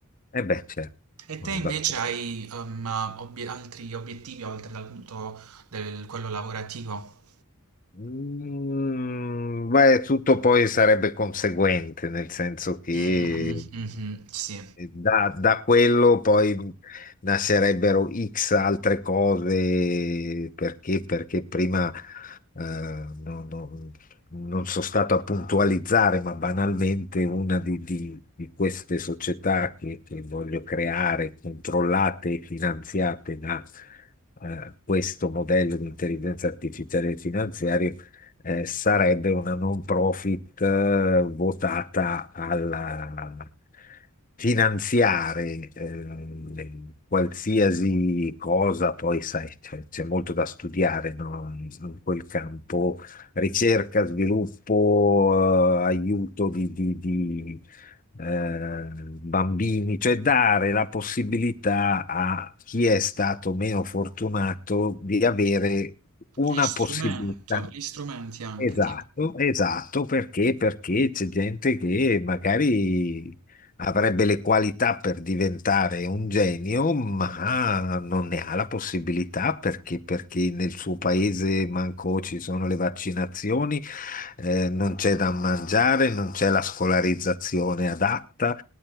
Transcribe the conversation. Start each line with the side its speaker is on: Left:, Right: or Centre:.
Left: Eh, beh, certo,
Right: E
Left: sono
Right: te invece
Left: d'accordo.
Right: hai ehm, obie- altri obiettivi oltre dal punto del quello lavorativo?
Left: Mm, beh, tutto poi sarebbe conseguente, nel senso che
Right: Mh, mh-mh, sì.
Left: da, da quello poi nascerebbero X altre cose, perché, perché prima eh, non, non- non sono stato a puntualizzare, ma banalmente una di, di- di queste società che, che voglio creare, controllate e finanziate da eh, questo modello di intelligenza artificiale finanziaria eh, sarebbe una non profit eh, votata al finanziare eh, qualsiasi cosa, poi sai, c'è c'è molto da studiare, no? In in quel campo ricerca, sviluppo, eh, aiuto di, di- di eh, bambini, cioè dare la possibilità a chi è stato meno fortunato di avere una
Right: Gli strumento
Left: possibilità.
Right: gli strumenti anche,
Left: Esatto,
Right: tipo.
Left: esatto, perché? Perché c'è gente che magari avrebbe le qualità per diventare un genio, ma non ne ha la possibilità perché, perché nel suo paese manco ci sono le vaccinazioni eh, non c'è da mangiare, non c'è la scolarizzazione adatta.